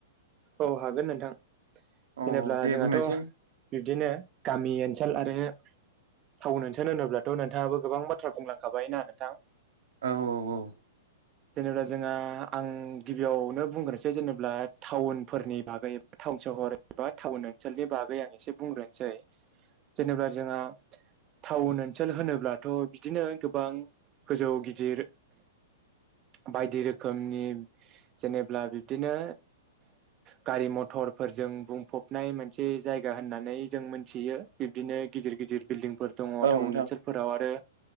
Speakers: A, on the right; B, on the right.
A: औ हागोन नोंथां।
B: औ
A: जेनेब्ला
B: दे
A: जोंहाथ'
B: बुंनायसै
A: बिब्दिनो गामि ओनसोल आरो। थावोन ओनसोन होनोब्लाथ' नोंथाङाबो गोबां बाथ्रा बुंलांखाबाय ना नोंथाङा‌।
B: औ औ औ।
A: जेनेब्ला जोंहा आं गिबियावनो बुंग्रोसै जेनेब्ला टाउन फोरनि बागै एबा टाउन सहर एबा टाउन ओनसोलनि बागै आं एसे बुंग्रोनोसै। जेनेब्ला जोंहा। टाउन ओनसोल होनोब्लाथ' बिदिनो गोबां गोजौ गिदिर बायदि रोखोमनि जेनेब्ला बिब्दिनो। गारि मथरफोरजों बुंफबनाय मोनसे जायगा होननानै जों मोनथियो बिबदिनो। गिदिर गिदिर बिल्डिंफोर दङ
B: औ
A: टाउन
B: नोंथां
A: ओनसोलफोराव आरो